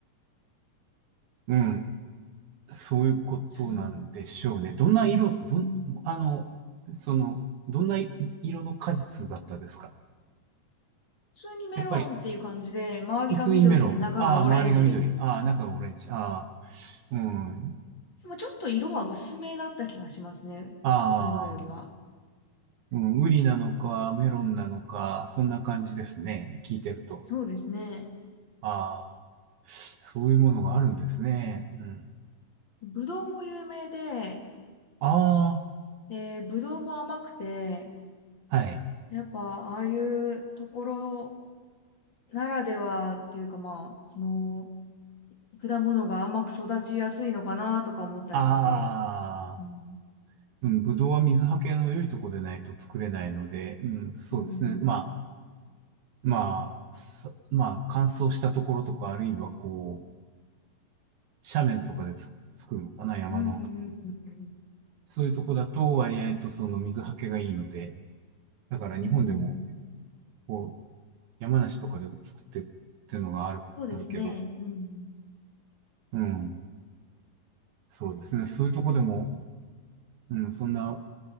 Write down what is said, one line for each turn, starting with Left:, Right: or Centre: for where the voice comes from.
Right: うん。そういうことなんでしょうね。
Left: す
Right: どんな色、どん、
Left: うん
Right: あの、その、どんな色の果実だったですか
Left: 普通にメロンっていう感じで、
Right: やっぱり、
Left: 周りが緑で中がオレンジで。
Right: 普通にメロン。ああ、周りが緑。ああ、中がオレンジ。ああ、うん。
Left: でもちょっと色は薄めだった気がしますね。普通のよりは。
Right: ああ、うん、ウリなのか、メロンなのか、そんな感じですね。聞いてると。
Left: そうですね。
Right: ああ、そういうものがあるんですね。うん。
Left: ぶどうも有名で、
Right: あ
Left: で、ぶどうも甘くて、
Right: あ、はい。
Left: やっぱああいうところならではっていうかまあ、その、果物が甘く育ちやすいのかなとか思ったりして。
Right: ああ、
Left: うん。
Right: うん、ぶどうは水はけの良いとこでないと作れないので、うん、そうですね。
Left: うん
Right: まあ、まあ、さまあ、乾燥したところとか、あるいはこう、斜面とかでつ作るのかな、山の。
Left: うん。うんうんうんうん。
Right: そういうとこだと割合とその水はけがいいので、だから日本でも、
Left: うんうんうんうんうんん
Right: こう、山梨とかでも作ってるっていうのがある、
Left: そうですね。
Right: あるけど、
Left: うんうん。
Right: うん、そうですね。そういうとこでも、うん、そんな